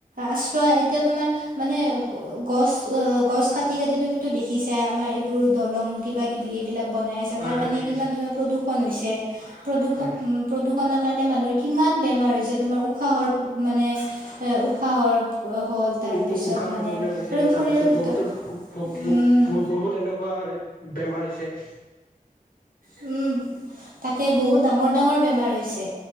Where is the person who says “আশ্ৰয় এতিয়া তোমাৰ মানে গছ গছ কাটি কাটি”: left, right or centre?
Right